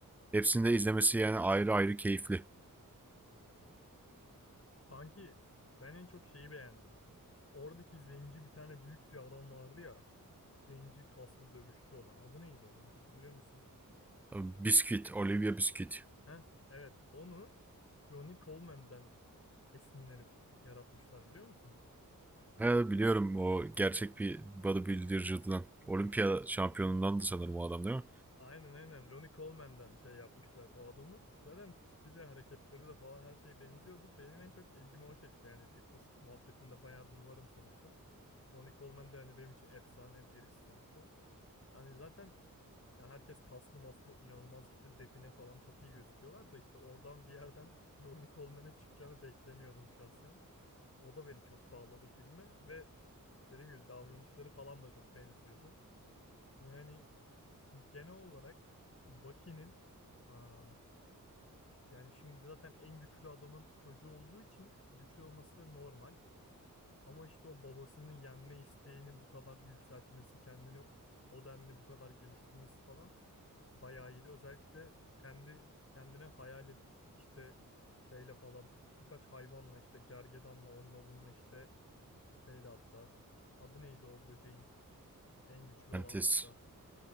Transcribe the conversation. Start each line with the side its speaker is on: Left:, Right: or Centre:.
Centre: Hepsini de izlemesi yani ayrı ayrı keyifli.
Left: Sanki ben en çok şeyi beğendim. Oradaki zenci bir tane büyük bir adam vardı ya. Zenci kaslı dövüşçü olan. Adı neydi onun hatırlıyor musun?
Centre: Biscuit, Olivia Biscuit.
Left: Heh, evet onu Ronnie Coleman'den esinlenip yaratmışlar biliyor musun?
Centre: He, biliyorum o gerçek bir bodybuilder'cıdan. Olimpiya şampiyonundan da sanırım o adam değil mi?
Left: Aynen aynen Ronnie Coleman'den şey yapmışlar o adamı. Zaten tipi de hareketleri de falan her şeye benziyordu. Benim en çok ilgimi o çekti yani fitness muhabbetinde bayağıdır varım sonuçta. Ronnie Coleman da hani benim için efsane birisi sonuçta. Yani zaten ya herkes kaslı maslı inanılmaz işte define falan çok iyi gözüküyorlar da işte oradan bir yerden <laughs> Ronnie Coleman'e çıkacağını beklemiyordum şahsen. O da beni çok bağladı filme ve dediğim gibi davranışları falan da çok benziyordu. Yani genel olarak Bucky'nin am, yani şimdi zaten en güçlü adamın çocuğu olduğu için güçlü olması normal. Ama işte o babasını yenme isteğini bu kadar yükseltmesi, kendini o denli bu kadar geliştirmesi falan bayağı iyiydi. Özellikle kendi kendine hayal edip işte şeyle falan birkaç hayvanla işte gergedanla onunla bununla işte şeyle hatta adı neydi o böceğin en güçlü
Centre: Antis.
Left: olan hatta.